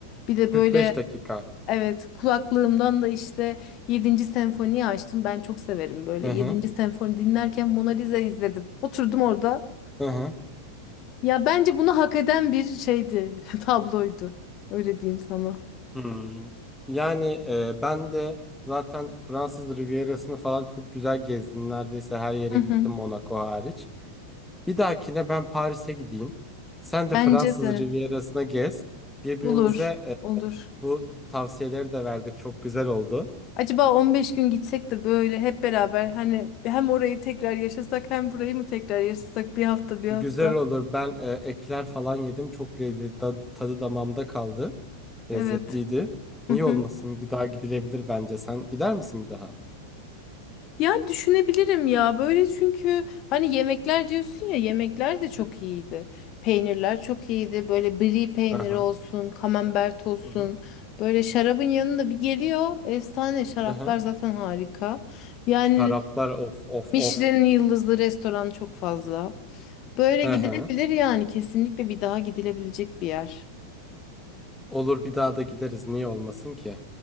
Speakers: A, on the left; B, in the centre.
A: Bir de
B: Kırk
A: böyle
B: beş dakika.
A: evet kulaklığımdan da işte yedinci senfoniyi açtım. Ben çok severim böyle
B: Hı
A: yedinci
B: hı.
A: senfoni dinlerken Mona Lisa izledim. Oturdum orada.
B: Hı hı.
A: Ya bence bunu hak eden bir şeydi, <laughs> tabloydu. Öyle diyeyim sana.
B: Hmm. Yani e, ben de zaten Fransız Rivierası'nı falan çok güzel gezdim. Neredeyse her yere
A: Hı hı.
B: gittim Monaco hariç. Bir dahakine ben Paris'e gideyim. Sen de
A: Bence
B: Fransız
A: de
B: Rivierası'na gez. Birbirimize
A: olur,
B: e,
A: olur.
B: bu tavsiyeleri de verdik. Çok güzel oldu.
A: Acaba 15 gün gitsek de böyle hep beraber hani hem orayı tekrar yaşasak hem burayı mı tekrar yaşasak bir hafta bir
B: Güzel
A: hafta.
B: olur. Ben e, ekler falan yedim. Çok lezzetli. da- Tadı damağımda kaldı. Lezzetliydi.
A: Evet.
B: Niye
A: Hı hı.
B: olmasın? Bir daha gidilebilir bence. Sen gider misin bir daha?
A: Yani düşünebilirim ya böyle çünkü hani yemekler diyorsun ya yemekler de çok iyiydi. Peynirler çok iyiydi. Böyle brie peyniri
B: Aha.
A: olsun, kamembert olsun.
B: Hı hı. hı.
A: Böyle şarabın yanında bir geliyor. Efsane şaraplar
B: Hı hı.
A: zaten harika. Yani
B: Şaraplar of of
A: Michelin
B: of.
A: yıldızlı restoran çok fazla. Böyle
B: Hı
A: gidilebilir
B: hı.
A: yani kesinlikle bir daha gidilebilecek bir yer.
B: Olur bir daha da gideriz. Niye olmasın ki?